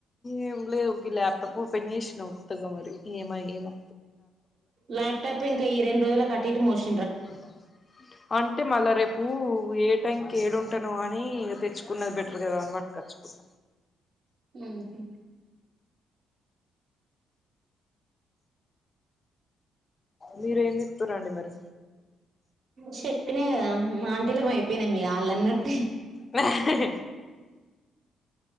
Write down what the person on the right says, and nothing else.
ల్యాప్టాప్ ఇంకా ఈ రెండు రోజులకు అటుఇటు మోష్
మ్ హ్
చెప్పినా గదా మాంటీలం అయిపోయినామిగ ఆల్లన్నట్టే.